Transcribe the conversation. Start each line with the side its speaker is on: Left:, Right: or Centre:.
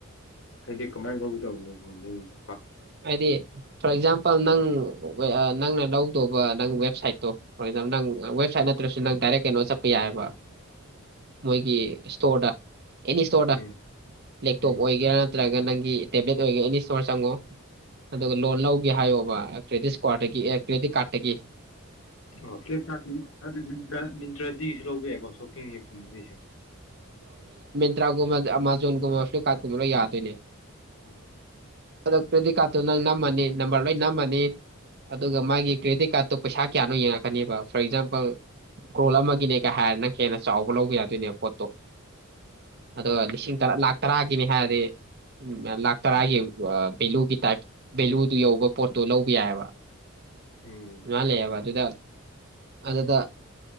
Left: ꯍꯥꯏꯗꯤ ꯀꯃꯥꯏꯅ ꯇꯧꯗꯧꯕꯅꯣ ꯅꯣꯅꯦ ꯑꯩꯁꯦ
Right: ꯍꯥꯏꯗꯤ ꯐꯔ ꯑꯦꯛꯖꯥꯝꯄꯜ ꯜ ꯅꯪ ꯅꯪꯅ ꯂꯧꯗꯧꯕ ꯅꯪ ꯋꯦꯕꯁꯥꯏꯠꯇꯣ ꯍꯣꯏ ꯅꯪꯦꯕꯁꯥꯏꯠ ꯅꯠꯇ꯭ꯔꯁꯨ ꯅꯪ ꯗꯏꯔꯦꯛ ꯀꯩꯅꯣ ꯆꯠꯄ ꯌꯥꯏꯑꯕ ꯃꯣꯏꯒꯤ ꯏꯁꯇꯣꯔꯗ ꯑꯦꯅꯤ ꯏꯁꯇꯣꯔꯗ
Left: ꯎꯝ
Right: ꯂꯦꯞꯇꯣꯞ
Left: ꯎꯝ
Right: ꯑꯣꯏꯒꯦꯔꯥ ꯅꯠꯇ꯭ꯔꯒ ꯅꯪꯒꯤ ꯇꯦꯕ꯭ꯂꯦꯠ ꯑꯣꯏꯒꯦ ꯑꯦꯅꯤ ꯏꯁꯣꯔ ꯆꯪꯉꯣ ꯑꯗꯨꯒ ꯂꯣꯟ ꯂꯧꯒꯦ ꯍꯥꯏꯌꯣꯕ ꯀ꯭ꯔꯦꯗꯤꯠ ꯏꯁꯀ꯭ꯋꯥꯔꯗꯒꯤ ꯑꯦ ꯀ꯭ꯔꯦꯗꯤꯠ ꯀꯥꯔꯗꯠꯇꯒꯤ
Left: ꯑꯣ ꯐ꯭ꯂꯤꯞꯀꯥꯔꯠꯀꯤꯇ꯭ꯔ ꯃꯤꯟꯇ꯭ꯔꯗꯤꯁꯨ ꯂꯧꯕꯤ ꯌꯥꯏꯀꯣ ꯁꯣꯞꯄꯤꯡ ꯑꯦꯞꯀꯨꯝꯕꯗꯒꯤꯁꯨ
Right: ꯃꯖ ꯀ ꯌꯥꯗꯅꯦ
Left: ꯎꯝ
Right: <inaudible> ꯀ꯭ꯔꯦꯗꯤꯠ ꯀꯥꯔꯠꯇꯨ ꯅꯪ ꯅꯝꯃꯅꯤ ꯅꯝꯕꯔ ꯂꯣꯏ ꯅꯝꯃꯅꯤ ꯑꯗꯨꯒ ꯃꯥꯒꯤ ꯀ꯭ꯔꯦꯗꯤꯠ ꯀꯥꯔꯠꯇꯨ ꯄꯩꯁꯥ ꯀꯌꯥꯅꯣ ꯌꯦꯡꯉꯛꯀꯅꯦꯕ ꯐꯣꯔ ꯑꯦꯛꯖꯥꯝꯄꯜ ꯀ꯭ꯔꯣꯜ ꯑꯃꯒꯤꯅꯦꯒ ꯍꯥꯏꯔ ꯅꯪ ꯍꯦꯟꯅ ꯆꯥꯎꯕ ꯂꯧꯕ ꯌꯥꯗꯣꯏꯅꯦꯕ ꯄꯣꯠꯇꯣ ꯑꯗꯣ ꯂꯤꯁꯤꯡ ꯂꯥꯛ ꯇꯔꯥ ꯅꯦ ꯍꯥꯏꯗꯤꯦ ꯎ ꯂꯥꯛꯇꯔꯒꯦ ꯚꯦꯂꯨꯒꯤ ꯇꯥꯏꯞ ꯚꯦꯂꯨꯗꯨ ꯌꯧꯕ ꯄꯣꯠꯇꯣ ꯂꯧꯕ ꯌꯥꯏꯑꯕ
Left: ꯎꯝ
Right: ꯃꯥ ꯂꯩꯦ ꯌꯥꯕ ꯑꯗꯨꯗ ꯑꯗꯨꯗ